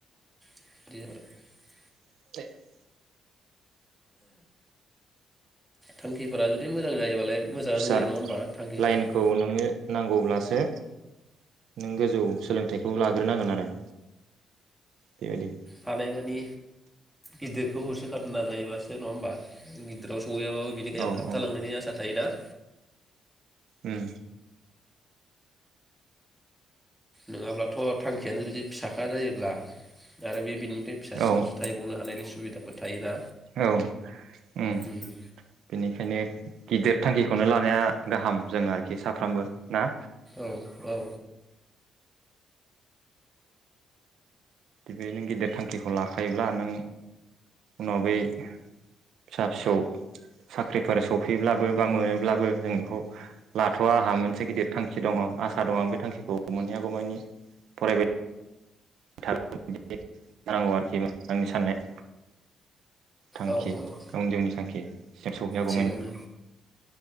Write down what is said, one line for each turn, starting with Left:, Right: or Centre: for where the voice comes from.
Centre: <inaudible>
Right: <inaudible>
Centre: थांखिफोरा जुदि मोजां जायोबालाय मोजाङानो
Right: अफिसार
Centre: जायो नङा होमबा थांखिफोरखौ
Right: लाइनखौ नोङो नांगौब्लासो नों गोजौ सोलोंथाइखौ लाग्रोनांगोन आरो। बेबायदि
Centre: हानायमानि गिदिरखौ होसो थारनो नाजायोबासो नङा होमबा गिदिराव सौयैयाब्लाबो बिनि गायाव
Right: औ
Centre: थाबथालांनायनि
Right: औ
Centre: आसा थायोना?
Right: उम।
Centre: नङाब्लाथ' थांखियानो जुदि फिसाखा जायोब्ला आरो बे बिनि बे फिसासिनावसो
Right: औ
Centre: थाहैबावनो हानायनि सुबिदाफोर थायोना।
Right: औ उम
Centre: ओम।
Right: बेनिखायनो गिदिर थांखिखौनो लानाया गाहाम जों आरोखि साफ्रामबो ना?
Centre: औ औ औ।
Right: बि नों गिदिर थांखिखौ लाखायोब्ला नों उनाव बै फिसा फिसौ साख्रिफोर सफैब्लाबो बा मोनोब्लाबो जों बेखौ लाथ'वा आंहा मोनसे गिदिर थांखि दङ आसा दं आं बे थांखिखौ मोनहैयागौमानि फरायबाय थागोन बिदि जानांगौ आरोखि आंनि साननाय थांखि
Centre: औ औ औ
Right: गावनि जिउनि थांखि सिम सौहैयागौमानि
Centre: थिगानो